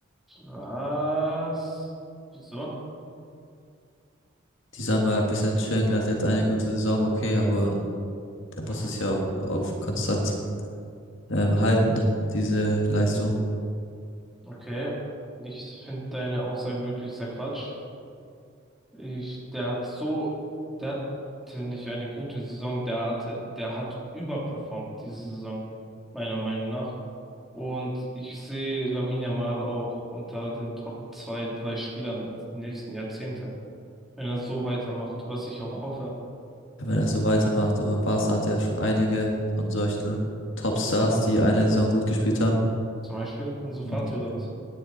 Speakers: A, in the centre; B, on the left.
A: Was? Wieso?
B: Die soll mal ein bisschen chillen. Er hat jetzt eine gute Saison, okay, aber er muss
A: Aha,
B: es ja auf, auf konstant ähm, halten, ne, diese Leistung,
A: okay. Ich finde deine Aussage wirklich sehr Quatsch. Ich, der hat so, der hatte nicht eine gute Saison, der hatte, der hat überperformt diese Saison, meiner Meinung nach. Und ich sehe Lamine Yamal auch unter den Top zwei, drei Spielern die nächsten Jahrzehnte, wenn er so weitermacht, was ich auch hoffe.
B: wenn er so weitermacht. Aber Barca hatte ja schon einige von solchen Topstars, die eine Saison gut gespielt haben.
A: Zum Beispiel Ansu Fati
B: Und
A: oder was?